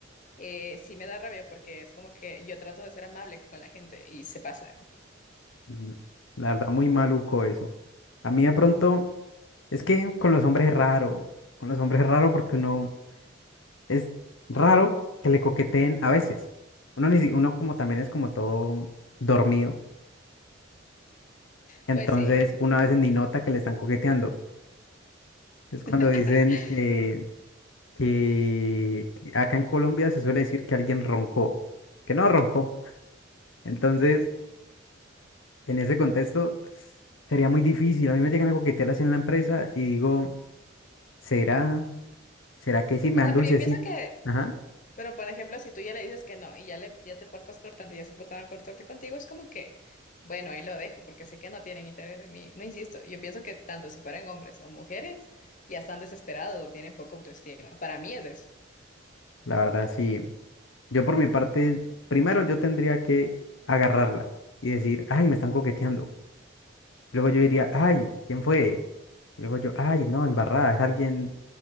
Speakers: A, on the left; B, on the left.
A: eh, sí me da rabia porque es como que yo trato de ser amable con la gente y se pasa.
B: Mm, La verdad, muy maluco eso. A mí de pronto, es que con los hombres es raro. Con los hombres es raro porque uno es raro que le coqueteen a veces. Uno, ni, si- uno como también es como todo dormido. Entonces,
A: Pues sí.
B: uno a veces ni nota que le están coqueteando. Es cuando
A: <laughs>
B: dicen que, que, que acá en Colombia se suele decir que alguien roncó, que no roncó. Entonces, en ese contexto, sería muy difícil. A mí me llegan a coquetear así en la empresa y digo. ¿Será? ¿Será que sí me
A: O sea,
B: dan dulcecito?
A: pero yo pienso que
B: Ajá,
A: Pero, por ejemplo, si tú ya le dices que no y ya, le, ya te portas cortante y ya se portaron cortante contigo, es como que, bueno, ahí lo dejo porque sé que no tienen interés en mí. No insisto, yo pienso que tanto si fueran hombres o mujeres, ya están desesperados o tienen poca autoestima. Para mí es eso.
B: la verdad sí. Yo por mi parte, primero yo tendría que agarrarla y decir, ay, me están coqueteando. Luego yo diría, ay, ¿quién fue? Luego yo, ay, no, embarrada, es alguien,